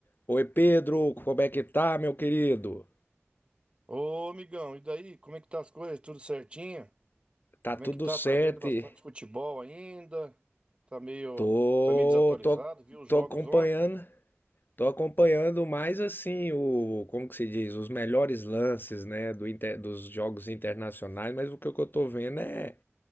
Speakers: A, on the left; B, on the right.
A: Oi, Pedro, como é que tá, meu querido?
B: Ô, amigão, e daí? Como é que tá as coisas? Tudo certinho?
A: Tá
B: Como
A: tudo
B: é que tá?
A: certo?
B: Tá vendo bastante
A: e
B: futebol ainda? Tá meio,
A: Tô,
B: tá meio desatualizado,
A: tô,
B: viu os
A: tô
B: jogos
A: acompanhando,
B: ontem?
A: tô acompanhando mais assim o, como que se diz, os melhores lances, né, do inter- dos jogos internacionais, mas o que eu tô vendo é,